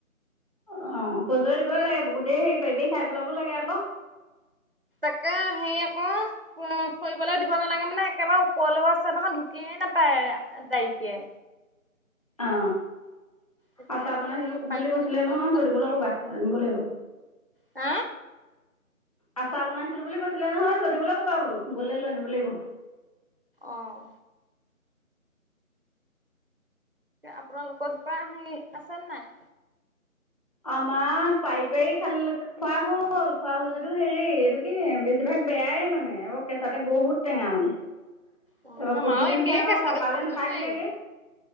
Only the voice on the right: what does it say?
তে হেৰি আকৌ উ ফৰিবলৈ দিব নালাগে মানে একেবাৰে ওপৰলেও আছে নহয় ঢুকিয়ে নাপায় তাইকে
তেতিয়া
হয়
সেই পাৰি
থৈ
যাবলৈও
হ
আহ আপোনালোকৰ জোপা হেৰি আছে নাই
অ আমাৰো
একেই
কেঁচাতে
খাবই
নোৱাৰি।